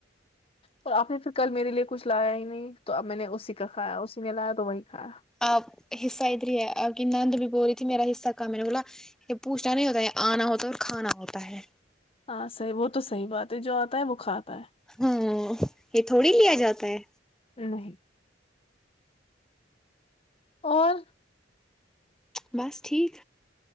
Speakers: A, on the left; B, in the centre.
A: اور آپ نے پھر کل میرے لیے کچھ لایا ہی نہیں تو اب میں نے اسی کا کھایا اسی نے لایا تو وہی کھایا
B: اب حصہ ادھر ہی ہے اب کی نند بھی بو رہی تھی میرا حصہ کام میں نے بولا یہ پوچھنا نہیں ہوتا یہ آنا ہوتا ہے اور کھانا ہوتا ہے
A: ہاں صح وہ تو صحی بات ہے جو آتا ہے وہ کھاتا
B: ہاں یہ تھوڑی لیا جاتا ہے
A: ہے نہیں اور
B: بس ٹھیک